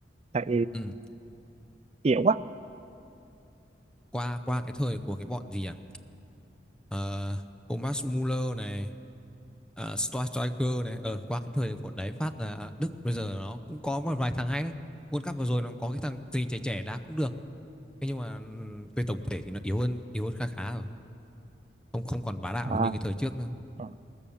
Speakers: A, on the right; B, in the centre.
A: chạy
B: Ừ,
A: yếu quá
B: qua qua cái thời của cái bọn gì à Ờ, Thomas Muller này uh, Striker này ờ qua cái thời của đấy phát là Đức bây giờ nó cũng có một vài thằng hay đấy World Cup vừa rồi nó có cái thằng gì trẻ trẻ đá cũng được thế nhưng mà ừm, về tổng thể thì nó yếu hơn yếu hơn khá khá rồi không không còn bá đạo
A: à,
B: được như cái thời trước nữa
A: ờ.